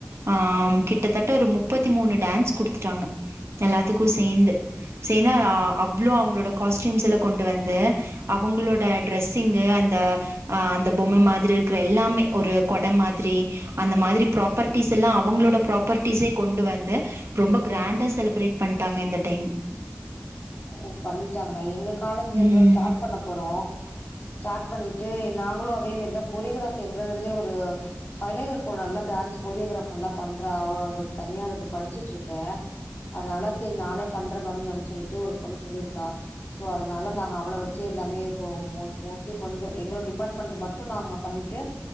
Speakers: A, on the right (about 60°); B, on the left (about 50°).
A: ஆஹ் ம் கிட்டத்தட்ட ஒரு முப்பத்தி மூணு டேன்ஸ் குடுத்துட்டாங்க எல்லாத்துக்கு சேந்து சேந்து அவ்ளோ அவுங்களோட காஸ்ட்யூம்ஸ் எல்லா கொண்டு வந்து அவுங்களோட ட்ரஸ் சிங்கு அந்த ஆஹ் அந்த பொம்ம மாதிரு ம்மே ஒரு கொட மாதிரி அந்த மாதிரி ப்ராப்பர்ட்டீஸ் எல்லா அவங்களோட ப்ராப்பர்டீஸே கொண்டு வந்து ரொம்ப க்ராண்டா செலிப்ரேட் பண்ட்டாங்க இந்த டைம்
B: ஓ பண்ணிட்டாங்களா எங்க காலேஜ்ல இப்ப
A: ம்
B: தா ஸ்டார்ட் பண்ண போறோ ஸ்டார்ட் பண்ணிட்டு நாங்களு அதே மாரி தா கொரியோகிராஃப் எங்க இதுல்யே ஒரு ஃபைனல் போ நல்ல டான்ஸ் கொரியோகிராஃப் நல்லா பண்றா அவ இதுக் தனியா அதுக்கு படிச்சிட்ருக்கே அதனால சரி நானே பண்றே மேம் அப்டி சொல்ட்டு ஒரு பொண்ணு சொல்லிருக்கா சோ அதனால நாங்க அவள வச்சே எல்லாமே இப்போ மோ மோஸ்ட்லி கொஞ்ச எங்களோட டிபார்ட்மெண்ட் மட்டு நாங்க பண்ணிட்டு